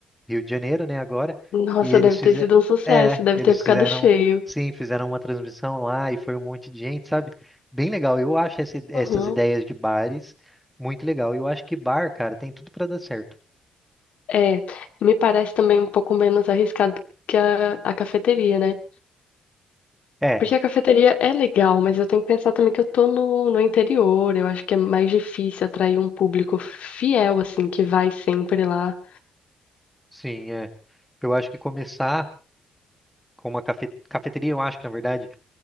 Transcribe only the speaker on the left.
Nossa,
deve
ter sido um sucesso,
deve
ter ficado
cheio.
Uhum.
É, me parece também um pouco menos arriscado que a, a cafeteria, né?
Porque a cafeteria é legal, mas eu tenho que pensar também que eu tô no, no interior. Eu acho que é mais difícil atrair um público fiel, assim, que vai sempre lá.